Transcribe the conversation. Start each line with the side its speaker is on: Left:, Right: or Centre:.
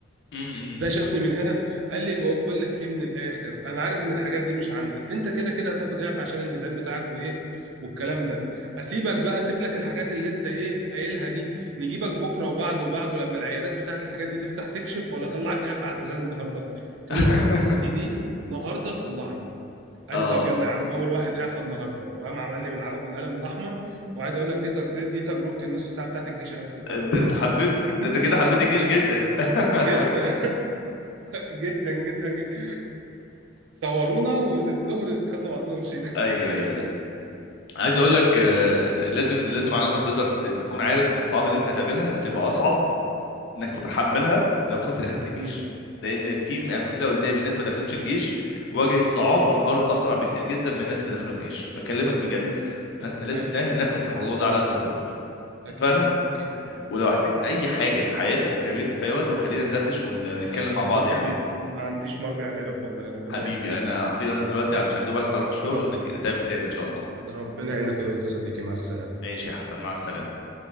Left: امم
Right: ده شافني من هنا قال لي بقول لك ايه من الاخر انا عارف ان الحاجات دي مش عندك انت كده كده هتاخد اعف عشان الميزان بتاعك وايه والكلام ده اسيبك بقى اسيب لك الحاجات اللي انت ايه قايلها دي نجيبك بكره وبعده وبعده لما العيادات بتاعت الحاجات دي تفتح تكشف ولا اطلعك اعف على الميزان النهارده قلت
Left: <laughs>
Right: له ابوس ايديه النهارده طلعني قال
Left: اه
Right: لي طب يلا يا عم اول واحد اعفى النهارده وقام عمل لي بالعلم بالقلم الاحمر وعايز اقول لك دي تج- دي دي تجربتي النص ساعه بتاعت الجيش اللي انا دخلتها
Left: ده انت
Right: بس
Left: حبيته
Right: كده خلاص <laughs>
Left: ده انت كده حبيت الجيش جدا <laughs>
Right: جدا <laughs> جدا جدا جدا صورونا والظهر خدنا بعضنا ومشينا
Left: ايوه ايوه ايوه عايز اقول لك آه،
Right: <laughs> الحمد لله
Left: لازم لازم على قد ما تقدر ت- تكون عارف ان الصعاب اللي انت هتقابلها هتبقى اصعب انك تتحملها لو كنت دخلت الجيش
Right: مم.
Left: لان في امثله قدامي ناس ما دخلتش الجيش واجهت صعاب
Right: مم.
Left: وانهارت اسرع بكتير جدا من الناس اللي دخلوا الجيش بكلمك بجد
Right: مم.
Left: فانت لازم
Right: ايوه
Left: تاهل
Right: ايوه
Left: نفسك للموضوع ده على قد ما تقدر
Right: اكيد
Left: اتفقنا
Right: اكيد ان شاء
Left: ولو
Right: الله
Left: احتجت اي حاجه في حياتك كلمني في اي وقت وخلينا ندردش ونتكلم
Right: يا
Left: مع
Right: صديقي
Left: بعض يا حبيبي
Right: ما عنديش مرجع غيرك والله ربنا
Left: حبيبي
Right: ما يحرمنيش
Left: انا
Right: منك
Left: هطير انا دلوقتي علشان يا دوب ألحق اروح الشغل
Right: اتفضل
Left: ونتقابل تاني ان شاء الله
Right: ربنا يعينك يا ويت يا صديقي مع السلامه
Left: ماشي يا حسن مع السلامه